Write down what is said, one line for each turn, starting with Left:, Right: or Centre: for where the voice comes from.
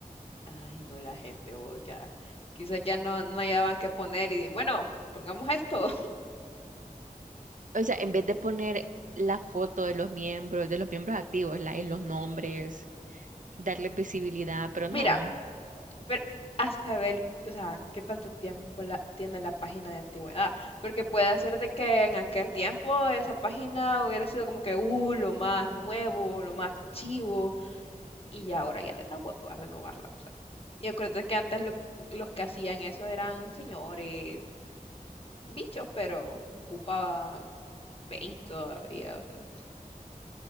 Left: Ay, no, la gente, vos ya. Quizás ya no, no hallaban qué poner y di- bueno, pongamos esto.
Right: O sea, en vez de poner la foto de los miembros, de los miembros activos, la,
Left: <laughs>
Right: en
Left: Ujú.
Right: los nombres, darle visibilidad, pero
Left: Mira.
Right: no.
Left: Pero a saber, o sea, qué tanto tiempo la- tiene la página de antigüedad. Porque puede ser de que en aquel tiempo esa página hubiera sido como que, uh, lo más nuevo, lo más chivo. Y ya ahora ya le da huevo a renovarla, o sea. Y acuérdate que antes lo- los que hacían eso eran señores, bichos, pero ocupaban paint todavía, o sea,